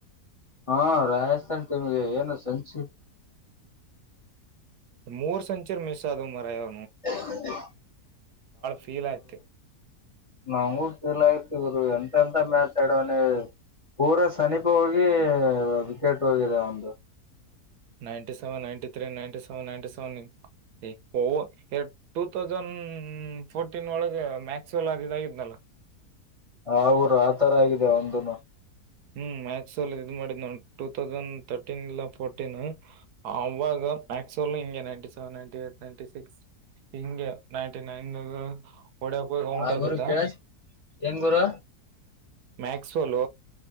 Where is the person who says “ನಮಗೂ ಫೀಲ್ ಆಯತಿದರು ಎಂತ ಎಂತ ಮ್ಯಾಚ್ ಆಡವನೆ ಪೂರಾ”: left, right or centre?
Left